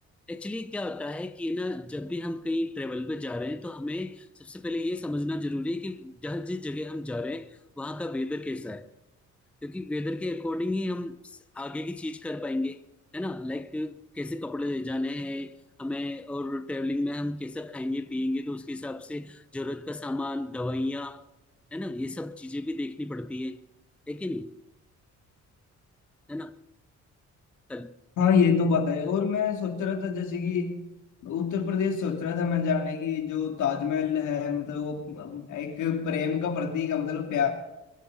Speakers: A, in the centre; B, on the left.
A: एक्चुअली क्या होता है कि ना जब भी हम कहीं ट्रेवल पे जा रहे हैं तो हमें सबसे पहले ये समझना जरूरी है कि जहाँ जिस जगह हम जा रहे हैं वहाँ का वेदर कैसा है क्योंकि वेदर के अकॉर्डिंग ही हम स- आगे की चीज कर पाएंगे है ना लाइक कैसे कपड़े ले जाने हैं हमें और ट्रेवलिंग में हम कैसा खाएंगे पिएंगे तो उसके हिसाब से जरूरत का सामान दवाइयाँ है ना ये सब चीजें भी देखनी पड़ती है है कि नहीं है ना कल
B: हाँ ये तो बात है और मैं सोच रहा था जैसे कि उत्तर प्रदेश सोच रहा था मैं जाने की जो ताजमहल है मतलब वो एक प्रेम का प्रतीक है मतलब प्यार